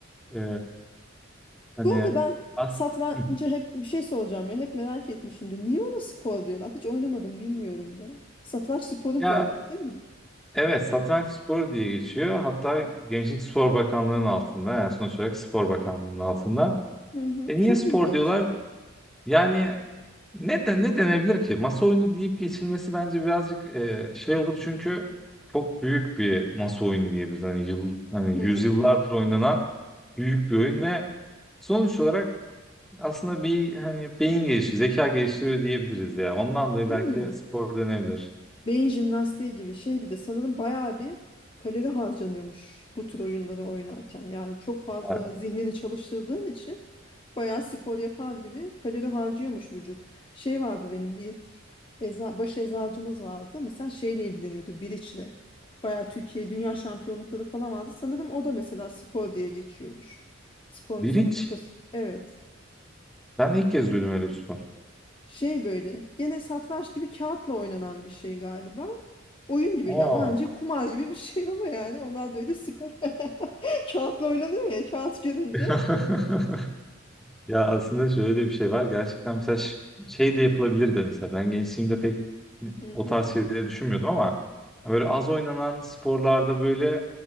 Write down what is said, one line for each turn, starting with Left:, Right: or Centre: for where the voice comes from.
Centre: Ee, hani
Left: Bu arada ben
Centre: as
Left: satrancı
Centre: Hı.
Left: hep bir şey soracağım ya hep merak etmişimdir. Niye ona spor diyorlar? Hiç oynamadım bilmiyorum da. Satranç sporu
Centre: ya
Left: diyorlar değil mi?
Centre: evet satranç sporu diye geçiyor. Hatta Gençlik Spor Bakanlığı'nın altında yani sonuç olarak Spor Bakanlığı'nın altında.
Left: Hı hı.
Centre: E niye
Left: Çok
Centre: spor
Left: ilginç.
Centre: diyorlar? Yani ne de ne denebilir ki? Masa oyunu deyip geçilmesi bence birazcık e, şey olur çünkü çok büyük bir masa oyunu diyebiliriz. Hani yıl hani
Left: Hı.
Centre: yüzyıllardır oynanan büyük bir oyun ve sonuç olarak Aslında bir hani beyin geliştiriyor, zeka geliştiriyor diyebiliriz ya. Ondan dolayı
Left: Değil
Centre: belki
Left: mi?
Centre: spor dönebilir.
Left: beyin jimnastiği gibi şey bir de sanırım bayağı bir kalori harcanıyormuş bu tür oyunları oynarken. Yani çok fazla
Centre: Ya,
Left: zihnini çalıştırdığın için bayağı spor yapar gibi kalori harcıyormuş vücut. Şey vardı benim bir eza, baş eczacımız vardı. Mesela şeyle ilgileniyordu biriçle. Bayağı Türkiye dünya şampiyonlukları falan vardı. Sanırım o da mesela spor diye geçiyormuş. Spor müsabakası.
Centre: biriç.
Left: Evet.
Centre: Ben ilk kez duydum öyle bir spor.
Left: Şey böyle gene satranç gibi kağıtla oynanan bir şey galiba. Oyun gibi
Centre: Aa.
Left: ya bence kumar gibi bir şey ama yani onlar böyle spor <laughs> kağıtla oynanıyor ya kağıt görünce.
Centre: <laughs> Ya aslında şöyle de bir şey var. Gerçekten mesela ş- şey de yapılabilir de mesela. Ben gençliğimde pek
Left: Hı
Centre: o
Left: hı.
Centre: tarz şeyleri düşünmüyordum ama böyle az oynanan sporlarda böyle